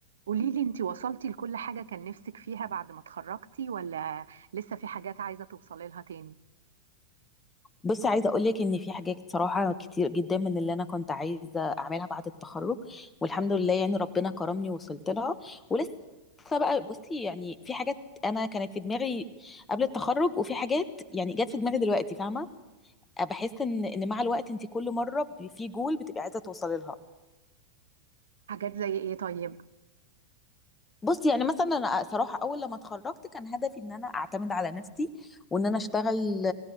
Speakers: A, on the right; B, on the left.
A: قوليلي انتي وصلتي لكل حاجة كان نفسك فيها بعد ما اتخرجتي ولا لسه في حاجات عايزة توصلي لها تاني
B: بصي عايزه اقول لك ان في حاجات صراحه كتير جدا من اللي انا كنت عايزه اعملها بعد التخرج والحمد لله يعني ربنا كرمني ووصلت لها ولسه بقى بصي يعني في حاجات انا كانت في دماغي قبل التخرج وفي حاجات يعني جت في دماغي دلوقتي فاهمه بحس ان ان مع الوقت انت كل مره بي- في جول بتبقي عايزه توصلي لها
A: حاجات زي ايه طيب
B: بصي يعني مثلا انا صراحه اول لما اتخرجت كان هدفي ان انا اعتمد على نفسي وان انا اشتغل